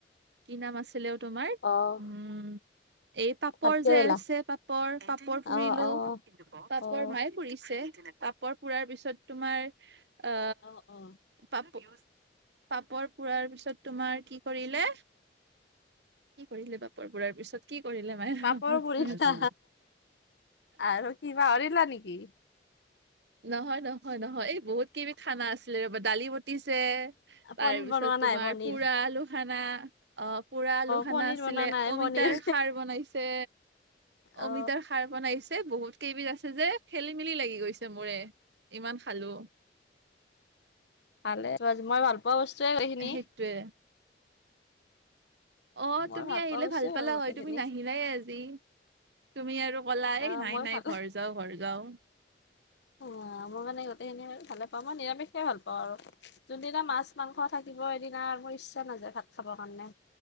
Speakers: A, on the right; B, on the left.
A: কি নাম আছিলে অ', তোমাৰ
B: অ'
A: উম এই পাপৰ
B: ভাত কেৰেলা
A: যে আছে পাপৰ পাপৰ পুৰিলো
B: অ' অ'
A: পাপৰ
B: অ'
A: মায়ে পুৰিছে পাপৰ পুৰাৰ পিছত তোমাৰ আ
B: অ' অ'
A: পাপ পাপৰ পুৰাৰ পিছত তোমাৰ কি কৰিলে কি কৰিলে পাপৰ পুৰাৰ পিছত কি কৰিলে মায়েনা
B: পাপৰ পুৰিলা আৰু কি পাহৰিলা নেকি
A: নহয় নহয় নহয় এই বহুত কেইবিধ খানা আছিলে ৰবা দালি বতিছে তাৰ
B: পনীৰ
A: পিছত
B: বনোৱা
A: তোমাৰ
B: নাই পনীৰ
A: পুৰা আলুসনা অ', পোৰা আলুসনা
B: পনীৰ
A: আছিলে
B: বনোৱা নাই
A: অমিত
B: পনীৰ
A: তাৰ সাৰ বনাইছে
B: অ
A: অমিতাৰ খাৰ বনাইছে এ বহুত কেইবিধ আছে যে খেলি মেলি লাগি গৈছে মোৰে ইমান খালো
B: ভালে মই ভাল পোৱা বস্তুৱে সেইখিনি
A: সেইটোয়ে। অ',
B: মই
A: তুমি আহিলে
B: পোৱা বস্তুৱে
A: ভাল
B: বাৰু
A: পালা
B: গোটেইখিনি
A: হয় তুমি নাহিলাই আজি তুমি আৰু কলা
B: অ
A: এই নাই
B: মই
A: নাই
B: ভাল
A: ঘৰ যাও ঘৰ যাও
B: অ',। অ', মই মানে গোটেইখিনি আৰু ভালে পাওঁ মই নিৰামিষে ভাল পাওঁ আৰু যোনদিনা মাছ মাংস থাকিব সেইদিনা মোৰ ইচ্ছা নাযায় ভাত খাবৰ কাৰণে